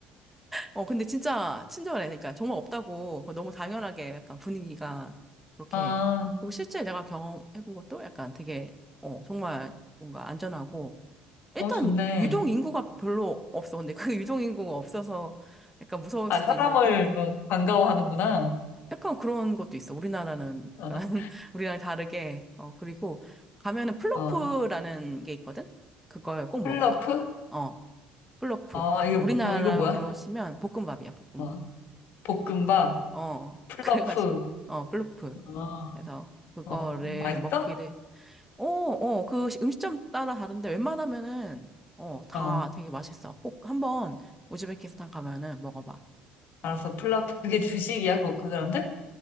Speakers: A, in the centre; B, on the left.
A: 어 근데 진짜 친절해 그러니까 정말 없다고 그거 너무 당연하게 약간 분위기가 그렇게
B: 아,
A: 그리고 실제 내가 경험해본 것도 약간 되게 어 정말 뭔가 안전하고 일단
B: 어, 좋네.
A: 유동 인구가 별로 없어 근데 그 <laughs> 유동 인구가 없어서 약간 무서울
B: 아,
A: 수도
B: 사람을
A: 있는데
B: 뭐 반가워하는구나.
A: 약간 그런 것도 있어. 우리나라는
B: 어,
A: 약간 <laughs> 우리랑 다르게. 어, 그리고 가면은 플로프라는
B: 어.
A: 게 있거든? 그걸 꼭
B: 플러프?
A: 먹어봐. 어, 플로프.
B: 아, 이거,
A: 우리나라로
B: 뭐- 이거 뭐야?
A: 치면 볶음밥이야, 볶음밥.
B: 어, 볶음밥,
A: 어,
B: 플러프.
A: <laughs> 그래가지고, 어, 플로프.
B: 아,
A: 그래서 그거를
B: 어, 맛있어?
A: 먹기를. 어, 어, 그 시- 음식점 따라 다른데 웬만하면은, 어, 다
B: 어,
A: 되게 맛있어. 꼭 한번 우즈베키스탄 가면은 먹어봐.
B: 알았어. 플라프, 그게 주식이야, 그, 그 사람들?